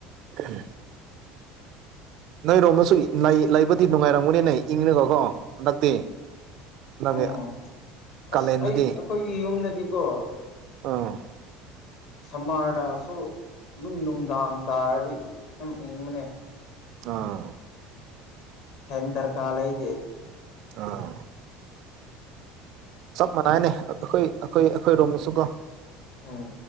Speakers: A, on the right; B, on the left.
A: ꯎꯝ ꯅꯣꯏ ꯔꯣꯝꯃꯁꯨ ꯂꯩꯕꯗꯤ ꯅꯨꯡꯉꯥꯏꯔꯝꯒꯨꯅꯦ ꯅ ꯏꯪꯅꯤꯒꯣꯀꯣ ꯍꯟꯗꯛꯇꯤ ꯅꯪꯉ
B: ꯎꯝ
A: ꯀꯥꯂꯦꯟꯗꯗꯤ
B: ꯑꯁ ꯑꯩ ꯑꯩꯈꯣꯏꯒꯤ ꯌꯨꯝꯗꯗꯤꯀꯣ
A: ꯑꯥ
B: ꯁꯝꯃꯥꯔꯗꯁꯨ ꯑꯗꯨꯝ ꯅꯨꯡꯗꯥꯡ ꯇꯥꯔꯗꯤ ꯑꯗꯨꯝ ꯏꯪꯕꯅꯦ
A: ꯑꯥ
B: ꯍꯦꯟ ꯗꯔꯀꯥꯔ ꯂꯩꯗꯦ
A: ꯑꯥ ꯆꯞ ꯃꯥꯟꯅꯩꯅꯦ ꯑꯩꯈꯣꯏ ꯑꯩꯈꯣꯏ ꯑꯩꯈꯣꯏꯔꯣꯝꯗꯁꯨꯀꯣ
B: ꯎꯝ